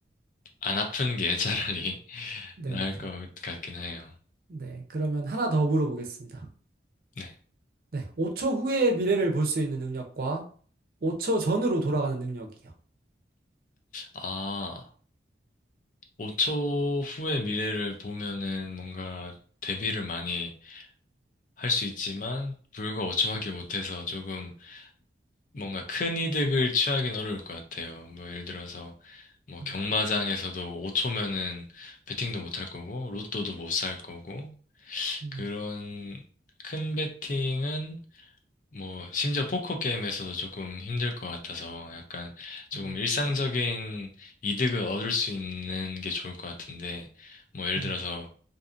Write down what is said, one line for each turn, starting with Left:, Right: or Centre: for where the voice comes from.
Left: 안 아픈 게 차라리 <laughs>
Right: 네.
Left: 나을
Right: <laughs>
Left: 것 같긴 해요.
Right: 네. 그러면 하나 더 물어보겠습니다.
Left: 네.
Right: 네. 5초 후의 미래를 볼 수 있는 능력과 5초 전으로 돌아가는 능력이요.
Left: 아. 5초 후의 미래를 보면은 뭔가 대비를 많이 할 수 있지만 불과 5초밖에 못해서 조금 뭔가 큰 이득을 취하기는 어려울 것 같아요. 뭐 예를 들어서 뭐 경마장에서도
Right: 음,
Left: 5초면은 베팅도 못할 거고 로또도 못 살 거고
Right: 음,
Left: 그런 큰 베팅은 뭐 심지어 포커 게임에서도 조금 힘들 것 같아서 약간 조금
Right: 음,
Left: 일상적인 이득을 얻을 수 있는 게 좋을 것 같은데 뭐 예를
Right: 음,
Left: 들어서